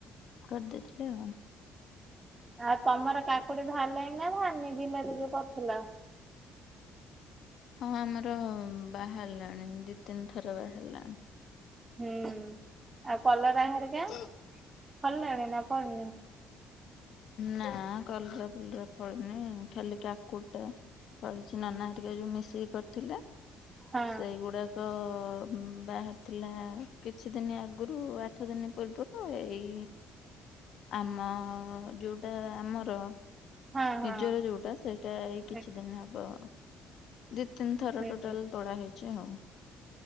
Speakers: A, on the left; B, on the right.
A: କରି ଦେଇଥିଲେ ଆଉ‌।
B: ଆଉ ତମର କାକୁଡି ଭାରଲାଣି ନା ଭାରନେଇ ବିଲରେ ଯୋଉ କରଥିଲ?
A: ହଁ ଆମର ବାହାରିଲାଣି ଦି ତିନି ଥର ବାହାରିଲାଣି।
B: ହୁଁ ଆଉ କଲରା ହେରିକା?
A: ଓ <unintelligible>
B: ଫଳିଲାଣି ନା ଫଳିନୀ?
A: ନା କଲରା ଫଲରା ଫଳିନି ଖାଲି କାକୁଡି ଟା ଫଳିଛି ନନା ହେରିକା ଯୋଉ ମିଶିକି କରିଥିଲେ
B: ହଁ
A: ସେଇଗୁଡା ତ ବାହାରିଥିଲା କିଛି ଦିନ ଆଗରୁ ଆଠ ଦିନ ପୂର୍ବ ଏଇ ଆମ ଯୁଟା ଆମର
B: ହଁ ହଁ
A: ନିଜର ଯଉଟା। ଏଟା ଏଇ
B: ହୁଁ
A: କିଛି ଦିନ ହବ ଦି ତିନି ଥର
B: ହୁଁ,
A: ଟୋଟାଲ ତୋଳା ହେଇଛି ଆଉ।